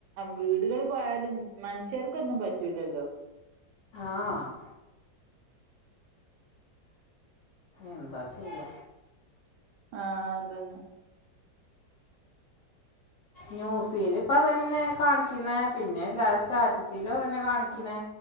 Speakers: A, on the right; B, on the left.
A: വീടുകൾ പോയാലും മനുഷ്യർക്കൊന്നും പറ്റൂലല്ലോ
B: ആഹ് എന്താ ചെയ്യ
A: ആഹ് അതെന്നെ
B: ന്യൂസീല് ഇപ്പതന്നെ കാണിക്ക്ന്നേ പിന്നെ എല്ലാരെ സ്റ്റാറ്റസിലും അതന്നെ കാണികണെ